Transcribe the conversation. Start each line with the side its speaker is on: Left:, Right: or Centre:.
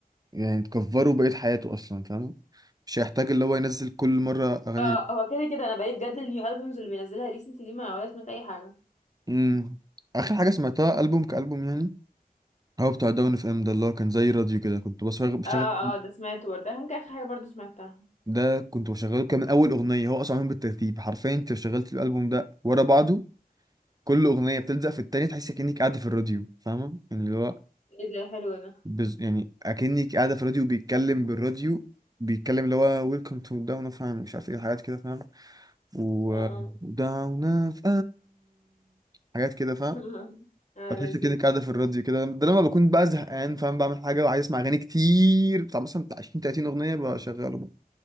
Right: يعني تكفره بقية حياته اصلا فاهم مش هيحتاج اللي هو ينزل كل مرة اغاني
Left: اه هو كده كده انا بقالي بجد النيو البومز اللي بينزلها ريسنت دي ما ولا سمعت اي حاجه
Right: امم اخر حاجة سمعتها البوم كالبوم يعني هو بتاع داون اف ام ده اللي هو كان زي راديو كده كنت بشغل بشغل
Left: اه اه ده سمعته برضه ممكن اخر حاجه برضه سمعتها
Right: ده كنت بشغله كان من اول اغنيه هو اصلا معمول بالترتيب حرفيا انت لو شغلت الالبوم ده ورا بعضه كل اغنيه بتلزق في التانيه تحس كانك قاعده في الراديو فاهمه يعني اللي هو
Left: ايه ده حلو ده
Right: بز... يعني اكنك قاعده في الراديو بيتكلم بالراديو بيتكلم اللي هو ويلكم تو داون اوف مش عارف ايه حاجات كده فاهم و
Left: اه اه
Right: داون اوف حاجات كده فاهم
Left: <laughs> اه
Right: فتحس
Left: لذيذ
Right: كأنك قاعدة في الراديو كده ده لما بكون بقى زهقان فاهم بعمل حاجة وعايز اسمع أغاني كتير بتاع مثلا بتاع 20 30 أغنية بشغله